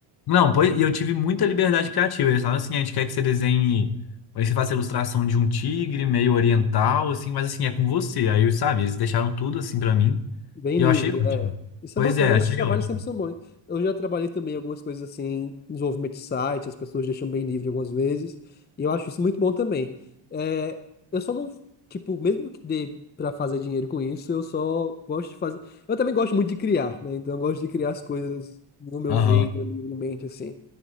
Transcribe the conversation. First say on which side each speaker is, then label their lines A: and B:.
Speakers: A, on the left; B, on the left.
A: Não, pois, e eu tive muita liberdade criativa. Eles falaram assim, a gente quer que você desenhe, aí você faça a ilustração de um tigre meio oriental, assim, mas assim, é com você. Aí, sabe, eles deixaram tudo assim pra mim.
B: Bem
A: E
B: livre,
A: eu achei ótimo.
B: é. Isso
A: Pois
B: é bacana,
A: é, achei
B: esses trabalhos
A: ótimo.
B: sempre são bons. Eu já trabalhei também algumas coisas assim, desenvolvimento de site, as pessoas deixam bem livre algumas vezes, e eu acho isso muito bom também. É, eu só não, tipo, mesmo que dê pra fazer dinheiro com isso, eu só gosto de fazer. Eu também gosto muito de criar, né? Então eu gosto de criar as coisas do meu
A: Aham.
B: jeito, livremente, assim.